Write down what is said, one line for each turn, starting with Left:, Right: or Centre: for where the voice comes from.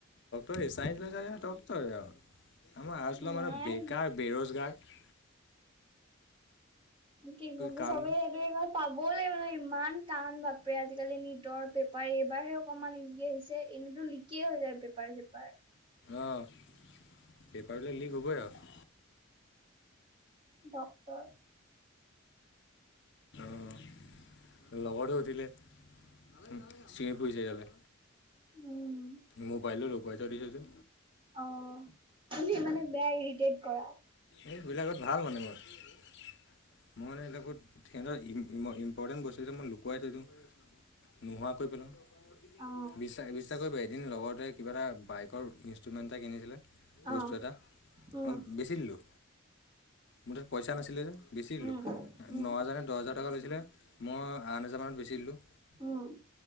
Left: চাই লৈ যত আৰু আমাৰ <inaudible>
Right: ইমান
Left: মানুহ বেকাৰ বেৰোজগাৰ।
Right: কি গব
Left: কাম
Right: চবেই এইটো পাব পাবলৈ মানে ইমান টান বাপৰে আজিকালি নিটৰ পেপাৰ এইবাৰহে অকণমান ইজি আহিছে এনে এনেইটো লিকে হৈ যায় পেপাৰ- চেপাৰ।
Left: অ', পেপাৰটো লিক হ'বই আৰু।
Right: ডক্তৰ
Left: লগৰটো উঠিলে, চিঞৰি ফুৰিছে ইয়ালে।
Right: উম
Left: মোবাইলটো লুকুৱাই থৈ দিছোঁ যে
Right: অহ তুমি মানে বেয়া ইৰিটেট কৰা।
Left: এইবিলাকত ভাল মানে মই। মই মানে সিহঁতঘৰত, সিহঁতৰ ইম্পৰ্টেণ্ট বস্তুবোৰ লুকোৱা লুকুৱাই থৈ দিও, নোহোৱা কৰি পেলাও।
Right: অ
Left: বিশ্বাস- বিশ্বাস কৰিব এদিন লগৰটোৱে কিবা এটা বাইকৰ ইনষ্ট্ৰুমেণ্ট এটা কিনিছিলে।
Right: অ
Left: বস্তু এটা,
Right: উম
Left: মই বেচি দিলোঁ মোৰ তাত পইচা নাছিলে যে। বেছি দিলোঁ,
Right: উম উম
Left: ন হাজাৰ নে দহ হোজাৰ টকা লৈছিলে মই আঠ হোজাৰ মানত বেছি দিলোঁ।
Right: অ'